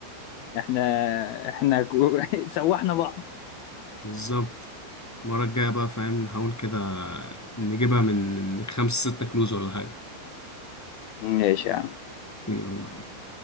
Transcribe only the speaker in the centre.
بالظبط المرة الجاية بقى فاهم نحاول كده نجيبها من من خمسة ستة كلوز ولا حاجة
يلا بينا